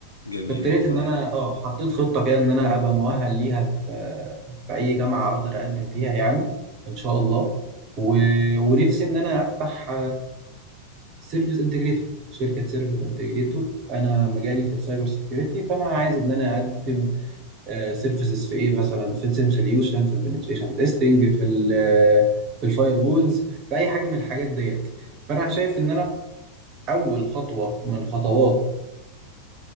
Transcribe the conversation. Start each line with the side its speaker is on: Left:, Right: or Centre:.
Left: جميل
Right: فابتديت
Left: والله
Right: ان انا
Left: حلو
Right: اه حطيت خطه كده ان انا ابقى مؤهل ليها في في اي جامعه اقدر اقدم فيها يعني ان شاء الله و... ونفسي ان انا افتح سيرفيس انتجريتور شركه سيرفيس انتجريتور انا مجالي في السايبر سيكيورتي فانا عايز ان انا اقدم سيرفيسز في ايه مثلا في السيم سوليوشن في البنتريشن تيستنج في ال في الفاير وولز في اي حاجه من الحاجات ديت فانا شايف ان انا اول خطوه من خطوات